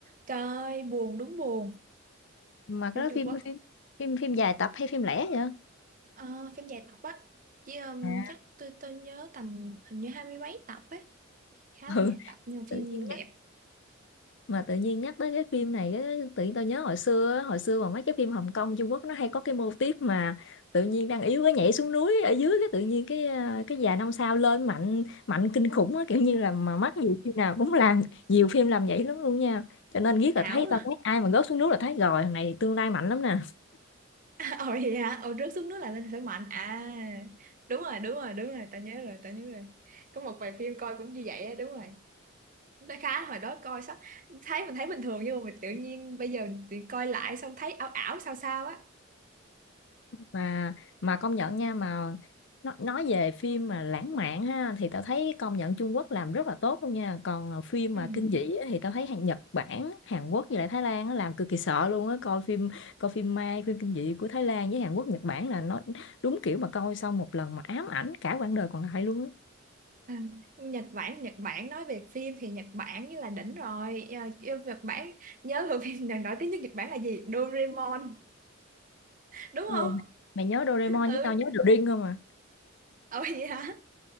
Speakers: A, on the right; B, on the left.
A: trời ơi buồn đúng buồn
B: mà
A: phim
B: cái đó
A: Trung
B: phim
A: Quốc
B: phim phim phim dài tập hay phim lẻ vậy
A: Ờ, phim dài tập á chứ um,
B: À,
A: chắc tôi tôi nhớ tầm hình như hai mươi mấy tập ấy khá
B: ừ
A: là dài tập nhưng mà phim
B: tự nhiên
A: đẹp
B: mà tự nhiên nhắc tới cái phim này á, tự nhiên tao nhớ hồi xưa á, hồi xưa mà mấy cái phim Hồng Kông Trung Quốc nó hay có cái mô típ mà tự nhiên đang yếu cái nhảy xuống núi ở dưới cái tự nhiên cái à, cái già năm sao lên mạnh mạnh kinh khủng á kiểu như là mà mắc nhiều phim nào cũng làm nhiều phim làm vậy lắm luôn nha cho nên biết là
A: ảo
B: thấy tao thấy ai mà rớt xuống núi là thấy rồi thằng này tương lai mạnh lắm nè
A: <laughs> ồ vậy hả ồ rớt xuống nước là lên khởi mạnh à đúng rồi đúng rồi đúng rồi tao nhớ rồi tao nhớ rồi có một vài phim coi cũng như vậy á đúng rồi nó khá hồi đó coi sao thấy mình thấy bình thường nhưng mà mình tự nhiên bây giờ mình tự coi lại xong thấy ảo ảo sao sao á
B: mà mà công nhận nha mà nó nói về phim mà lãng mạn ha thì tao thấy công nhận Trung Quốc làm rất là tốt luôn nha còn ờ, phim
A: ừ.
B: mà kinh dị á, thì tao thấy hàng Nhật Bản Hàn Quốc với lại Thái Lan á, làm cực kỳ sợ luôn á coi phim coi phim ma phim kinh dị của Thái Lan với Hàn Quốc Nhật Bản là nó đúng kiểu mà coi xong một lần mà ám ảnh cả quãng đời còn lại luôn á
A: À, Nhật Bản Nhật Bản nói về phim thì Nhật Bản như là đỉnh rồi Ờ, yêu Nhật Bản nhớ <laughs> bộ phim nào nổi tiếng nhất Nhật Bản là gì Doraemon đúng
B: Ừ.
A: không
B: mày nhớ Doraemon
A: ừ
B: với tao nhớ The Ring không à
A: ồ vậy hả